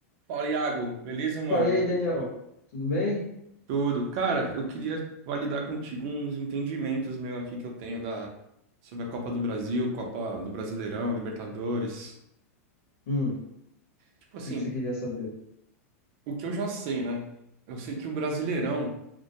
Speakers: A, on the right; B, on the left.
A: Fala, Iago. Beleza, mano?
B: Pô, e aí, Daniel? Tudo bem?
A: Tudo. Cara, eu queria validar contigo uns entendimentos meu aqui que eu tenho da sobre a Copa do Brasil, Copa do Brasileirão, Libertadores.
B: Hum, o
A: Tipo assim,
B: que que você queria saber?
A: o que eu já sei, né? Eu sei que o Brasileirão,